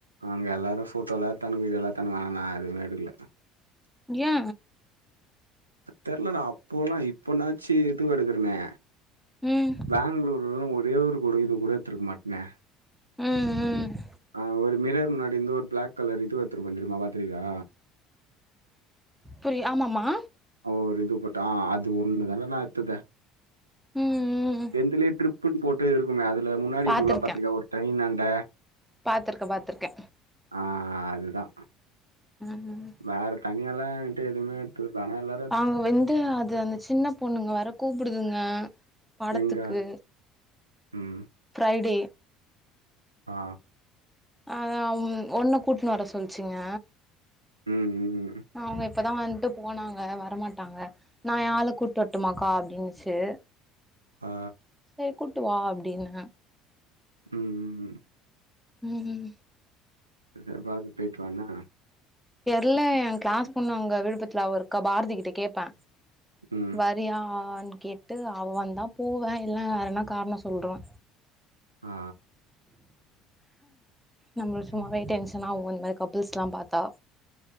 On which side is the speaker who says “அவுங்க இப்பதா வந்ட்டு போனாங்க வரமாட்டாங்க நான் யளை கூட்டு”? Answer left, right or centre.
Centre